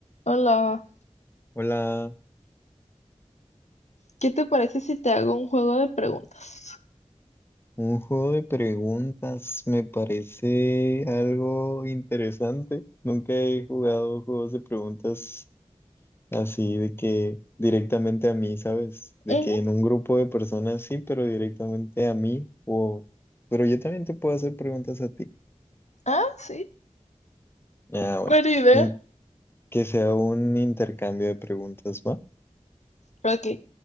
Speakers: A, on the left (about 70°); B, on the left (about 20°).
A: Hola,
B: Hola,
A: ¿qué te parece si te hago un juego de preguntas?
B: un juego de preguntas me parece algo interesante. Nunca he jugado juegos de preguntas así de que directamente a mí, ¿sabes? De
A: Ujú,
B: que en un grupo de personas sí, pero directamente a mí o... Pero yo también te puedo hacer preguntas a ti.
A: Ah, sí,
B: Ah, bueno.
A: buena idea.
B: Mm, Que sea un intercambio de preguntas, ¿va?
A: Ok,